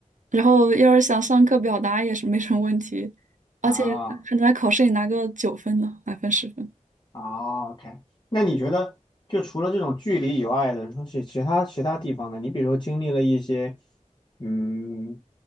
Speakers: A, on the right; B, on the left.
A: 然后要是想上课表达也是没什么问题，而且可能在考试里拿个九分呢，
B: 啊
A: 满分十分。
B: 啊，OK。那你觉得，就除了这种距离以外的东西，其他其他地方呢？你比如说经历了一些，嗯，